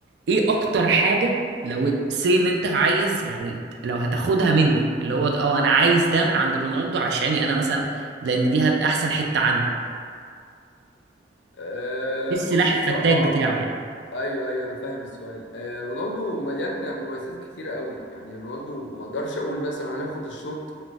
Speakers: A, on the right; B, on the left.
A: ايه اكتر حاجة لو سي ان انت عايز يعني لو هتاخدها منه اللي هو اه انا عايز ده من عند رونالدو عشاني انا مثلا لان دي هت- احسن حتة عنده
B: أه
A: ايه السلاح
B: بص الصراحة
A: الفتاك بتاعه يعني
B: أيوه أيوه أنا فاهم السؤال أه رونالدو مليان مميزات كتيرة قوي يعني رونالدو ما أقدرش أقول مثلا أنا هاخد الشوط